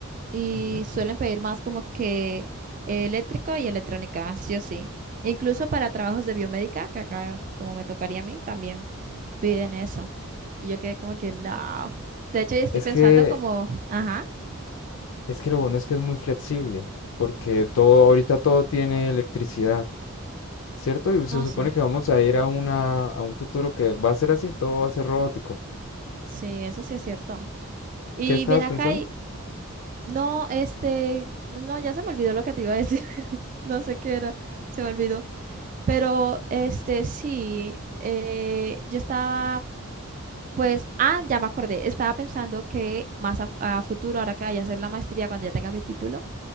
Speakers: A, on the right; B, on the left.
A: y
B: Ujú.
A: suelen pedir más como que eh, eléctrico y electrónica, sí o sí. Incluso para trabajos de biomédica, que acá como me tocaría a mí, también piden eso. Y yo quedé como que, no. De hecho, yo estoy
B: Es
A: pensando
B: que,
A: como, ajá,
B: es que lo bueno es que es muy flexible, porque todo, ahorita todo tiene electricidad, ¿cierto? Y se
A: no,
B: supone
A: sí,
B: que vamos a ir a una, a un futuro que va a ser así, todo va a ser robótico.
A: sí, eso sí es cierto. Y
B: ¿Qué estabas
A: ven acá
B: pensando?
A: y, no, este, no, ya se me olvidó lo que te iba a decir. no sé qué era, se me olvidó. Pero este sí, eh, yo estaba, pues, ah, ya me acordé, estaba pensando que más a, a futuro, ahora que vaya a hacer la maestría, cuando ya tenga mi título,